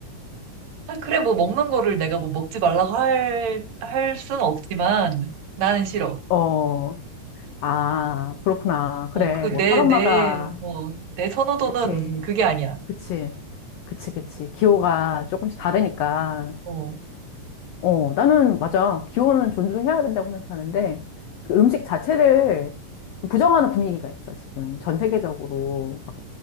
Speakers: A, on the right; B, on the left.
A: 아, 그래, 뭐 먹는 거를 내가 뭐 먹지 말라고 할, 할 순 없지만 나는 싫어.
B: 어, 아, 그렇구나.
A: 어,
B: 그래,
A: 그
B: 뭐
A: 내,
B: 사람마다
A: 내, 어, 내 선호도는
B: 그치.
A: 그게 아니야.
B: 그치. 그치, 그치. 기호가 조금씩 다르니까.
A: 어,
B: 어, 나는, 맞아. 기호는 존중해야 된다고 생각하는데, 그 음식 자체를 좀 부정하는 분위기가 있어, 지금. 전 세계적으로. 막,